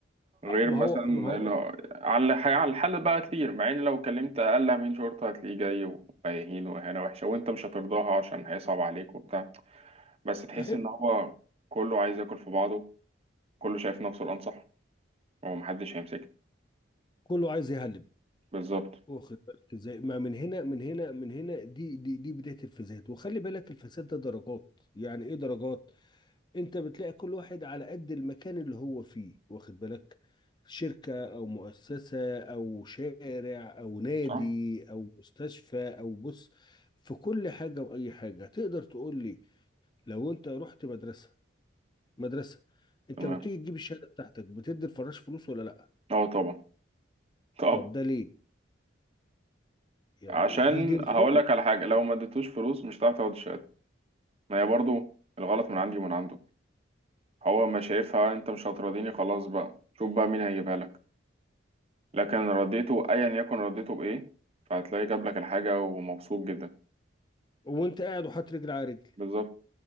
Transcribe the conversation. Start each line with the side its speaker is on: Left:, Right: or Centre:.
Right: غير
Left: آه، ما
Right: مثلا
Left: هو ما هو
Right: اللي هو- على الح- على الحل بقى كتير مع ان لو كلمت أقل أمين شرطة هتلاقيه جاي وهيهين وإهانة وحشة وأنت مش هترضاها عشان هيصعب عليك وبتاع بس تحس
Left: حلو
Right: إن هو كله عايز ياكل في بعضه كله شايف نفسه الأنصح هو محدش هيمسكه
Left: كله عايز يهلب
Right: بالظبط
Left: واخد بالك ازاي ما من هنا من هنا من هنا دي دي دي بدايه الفساد وخلي بالك الفساد ده درجات يعني ايه درجات انت بتلاقي كل واحد على قد المكان اللي هو فيه واخد بالك شركه او مؤسسه او شارع او نادي
Right: صح
Left: او مستشفى او بص في كل حاجه واي حاجه تقدر تقول لي لو انت رحت مدرسه مدرسه انت
Right: تمام
Left: لما بتيجي تجيب الشهاده بتاعتك بتدي الفراش فلوس ولا لا
Right: اه طبعا طبعا
Left: طب ده ليه يعني
Right: عشان
Left: هل دي رسوم
Right: هقول لك على حاجة لو ما اديتوش فلوس مش هتعرف تاخد الشهادة ما هي برضو الغلط من عندي ومن عنده هو ما شايفها انت مش هتراضيني خلاص بقى شوف بقى مين هيجيبها لك لكن رديته ايا يكن رديته بايه فهتلاقي جاب لك الحاجة ومبسوط جدا
Left: وانت قاعد وحاطط رجل على رجل
Right: بالظبط